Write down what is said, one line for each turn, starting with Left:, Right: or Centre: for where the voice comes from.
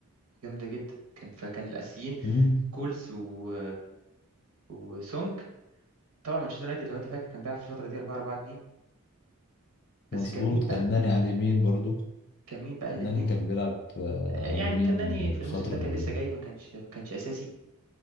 Right: جامدة جدا كان فكان الاسيين
Left: مم،
Right: كولز و... وسونج طبعا مانشستر يونايتد لو انت فاكر كان بيلعب في الفترة دي 4 4 2
Left: مظبوط
Right: بس كان مين بقى
Left: كان ناني على اليمين برضو
Right: كان مين بقى الاتنين
Left: ناني كان بيلعب آه،
Right: آه،
Left: على
Right: يعني
Left: اليمين
Right: الكناني في الموسم
Left: فتره
Right: ده كان
Left: كبيره
Right: لسه جاي ما كانش ما كانش اساسي